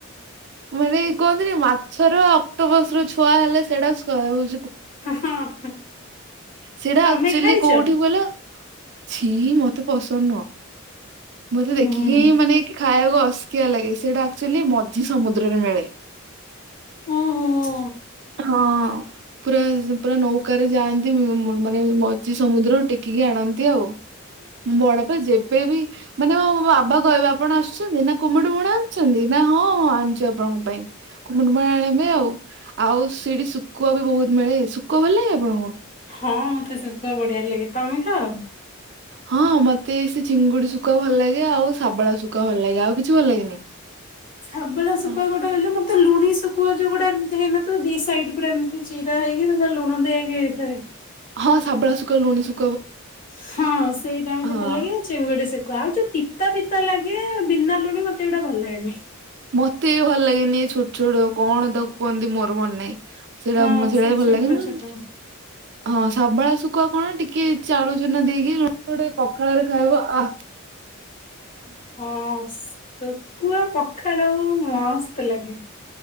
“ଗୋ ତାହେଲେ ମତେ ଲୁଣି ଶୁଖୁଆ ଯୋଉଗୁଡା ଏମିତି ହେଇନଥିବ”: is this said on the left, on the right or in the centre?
Left